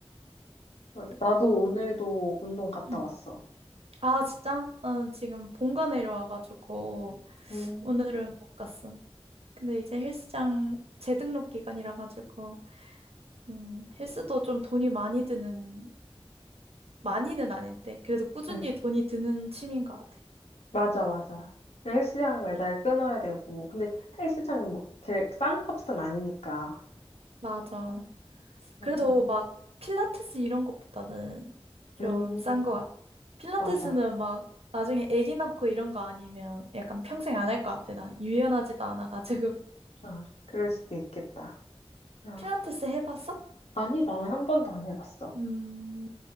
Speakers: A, on the left (about 90°); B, on the right (about 75°).
A: 맞아.
B: <laughs>
A: 나도
B: 운동.
A: 오늘도 운동 갔다
B: 응.
A: 왔어.
B: 아, 진짜? 난 지금 본가 내려와가지고,
A: 음.
B: 오늘은 못 갔어. 근데 이제 헬스장 재등록 기간이라 가지고, 음, 헬스도 좀 돈이 많이 드는, 많이는 아닌데, 그래도 꾸준히
A: 응,
B: 돈이 드는 취미인 것 같아.
A: 맞아, 맞아. 근데 헬스장 매달 끊어야 되고. 근데 헬스장이 뭐, 제일 싼 값은 아니니까.
B: 맞아.
A: 맞아,
B: 그래도 막 필라테스 이런 것보다는 좀
A: 음.
B: 싼 것 같아. 필라테스는
A: 맞아.
B: 막 나중에 아기 낳고 이런 거 아니면 약간 평생 안 할 것 같아. 난 유연하지도 않아가지고.
A: 아, 그럴 수도 있겠다. 아.
B: <laughs> 필라테스 해봤어?
A: 아니, 나는 한 번도 안 해봤어.
B: 음,